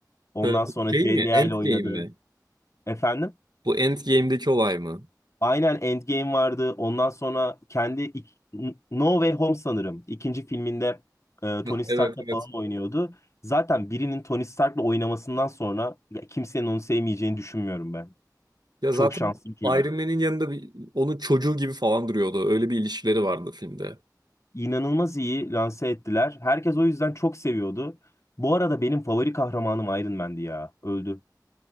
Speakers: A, on the left (about 40°); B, on the right (about 70°).
A: Ondan
B: Ee, bu
A: sonra
B: şey
A: Zendaya
B: mi? Endgame
A: ile oynadı.
B: mi?
A: Efendim?
B: Bu Endgame'deki olay mı?
A: Aynen Endgame vardı. Ondan sonra kendi ik- No Way Home sanırım. ikinci filminde e, Tony
B: Hah,
A: Stark'la
B: Evet evet.
A: falan oynuyordu. Zaten birinin Tony Stark'la oynamasından sonra ya kimsenin onu sevmeyeceğini düşünmüyorum ben.
B: Ya
A: Çok
B: zaten
A: şanslı bir çocuk.
B: Iron Man'in yanında bir, onun çocuğu gibi falan duruyordu. Öyle bir ilişkileri vardı filmde.
A: inanılmaz iyi lanse ettiler. Herkes o yüzden çok seviyordu. Bu arada benim favori kahramanım Iron Man'di ya. Öldü.